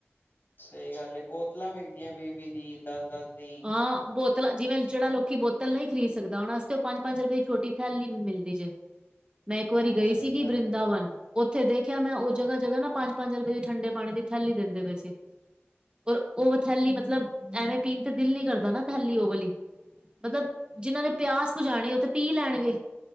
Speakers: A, on the left; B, on the right.
A: ਸਹੀ ਗੱਲ ਏ ਬੋਤਲਾਂ ਵਿਕਦੀਆਂ ਵੀਹ ਵੀਹ ਦੀ ਦਸ ਦਸ ਦੀ
B: ਆ ਬਹੁਤ ਤਲਾ ਜਿਵੇਂ ਜਿਹੜਾ ਲੋਕੀ ਈ ਬੋਤਲ ਨਹੀਂ ਖਰੀਦ ਸਕਦਾ ਉਹਨਾਂ ਅਸਤੇ ਉਹ ਪੰਜ ਰੁਪਏ ਛੋਟੀ ਥੈਲੀ ਮਿਲਦੀ ਜੇ ਮੈਂ ਇੱਕ ਵਾਰੀ
A: ਹਾਂ
B: ਗਈ
A: ਸਹੀ
B: ਸੀ ਗੀ
A: ਗੱਲ
B: ਵਰਿੰਦਾ
A: ਹੈ
B: ਵਨ ਉੱਥੇ ਦੇਖਿਆ ਮੈਂ ਉਹ ਜਗ੍ਹਾ ਜਗ੍ਹਾ ਨਾ ਪੰਜ ਪੰਜ ਰੁਪਏ ਦੀ ਠੰਡੇ ਪਾਣੀ ਦੀ ਥੈਲੀ ਦੇਦੇ ਪਏ ਸੀ। ਪਰ ਉਹ ਥੈਲੀ ਮਤਲਬ ਐਵੇਂ ਪੀਣ ਤੇ ਦਿਲ ਨੀ ਕਰਦਾ ਨਾ ਥੈਲੀ ਉਹ ਵਾਲੀ ਮਤਲਬ ਜਿਹਨਾਂ ਨੇ ਪਿਆਸ ਬੁਜਾਣੀ ਉਹ ਤਾਂ ਪੀ ਲੈਣਗੇ